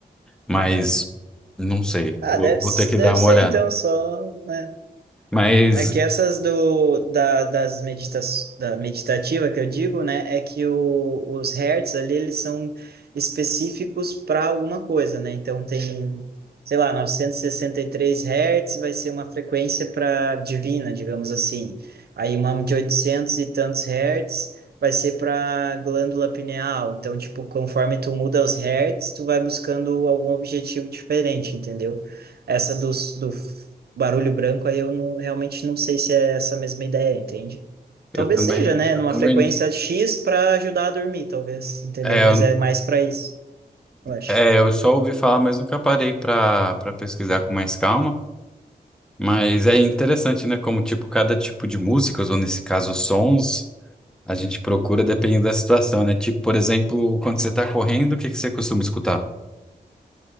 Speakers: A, in the centre; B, on the right.
A: mas
B: aham.
A: não sei.
B: Ah,
A: Vou,
B: deve,
A: vou ter que
B: deve
A: dar uma
B: ser
A: olhada.
B: então só, né?
A: Mas
B: É que essas do, da, das meditas, da meditativa que eu digo, né, é que o, os hertz ali, eles são específicos para alguma coisa, né? Então tem, sei lá, novecentos e e sessenta e três hertz vai ser uma frequência para divina, digamos assim. Aí uma de 800 e tantos hertz vai ser para glândula pineal. Então, tipo, conforme tu muda os hertz, tu vai buscando algum objetivo diferente, entendeu? Essa dos, do Barulho branco, aí eu não, realmente não sei se é essa mesma ideia, entende?
A: eu
B: Talvez
A: também,
B: seja, né?
A: eu
B: Numa
A: também,
B: frequência X para ajudar a dormir, talvez, entendeu?
A: é,
B: Mas
A: eu,
B: é mais para isso, eu acho.
A: é, eu só ouvi falar, mas nunca parei para para pesquisar com mais calma. Mas é interessante, né? Como tipo cada tipo de músicas, ou nesse caso sons, a gente procura dependendo da situação, né? Tipo, por exemplo, quando você tá correndo, o que que você costuma escutar?